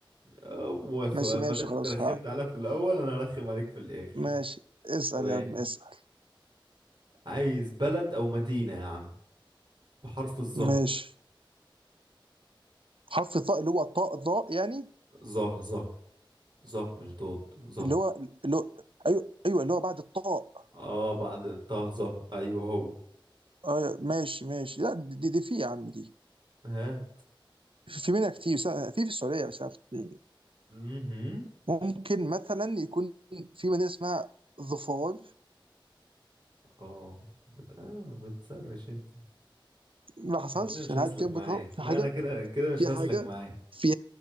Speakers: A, on the right (about 55°); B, on the right (about 80°).
A: هو سؤال
B: ماشي ماشي
A: ما دام
B: خلاص
A: انت رخمت
B: ها
A: عليا في الاول انا هرخم عليك في الاخر
B: ماشي اسال
A: سؤال
B: يا عم اسال
A: عايز بلد او مدينة يا عم بحرف الظه
B: ماشي حرف الطاء اللي هو طاء ضاء يعني
A: ظه ظه ظه مش ضاد ظه
B: اللي هو اللي هو ايوه ايوه اللي هو بعد الطاء
A: اه بعد طه ظه ايوه هو
B: آه ماشي ماشي لا دي, دي في يا عم دي
A: ها
B: في منها كتير س- في في السعوديه بس عرفت اتنين.
A: امم
B: ممكن مثلا يكون في مدينه اسمها ظفار
A: اه بت... آه بتسرش انت
B: ما حصلش
A: انا كده مش
B: انا
A: هسلك
B: قاعد جنبك
A: معاك
B: اهو في
A: لا
B: حاجه
A: انا كده كده مش
B: في
A: هسلك
B: حاجه
A: معاك
B: في